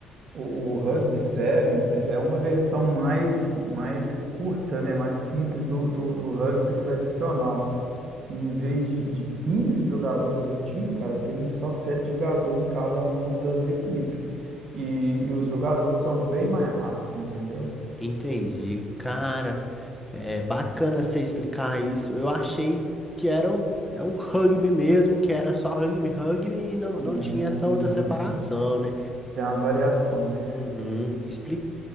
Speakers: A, on the right (about 55°); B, in the centre.
A: o, o Rugby Sevens é é uma versão mais, mais curta, né? Mais simples do, do, do rugby tradicional. Que em vez de, de 15 jogadores por time, cara, tem só 7 jogadores em cada uma das equipes. E, e os jogadores são bem mais rápidos, entendeu?
B: Entendi, cara. É bacana você explicar isso. Eu achei que era o, é o rugby mesmo, que era só rugby, rugby e não,
A: Não,
B: não tinha essa outra
A: não,
B: separação,
A: tem.
B: né?
A: Tem as variações.
B: Uhum, explica.